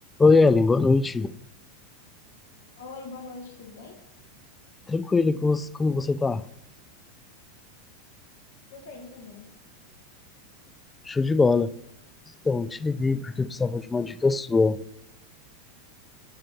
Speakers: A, on the left; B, on the left.
A: Oi, Ellen, boa noite.
B: Oi, boa noite, tudo bem?
A: Tranquilo, e com você- como você tá?
B: Tô bem também.
A: Show de bola. Então, te liguei porque eu precisava de uma dica sua.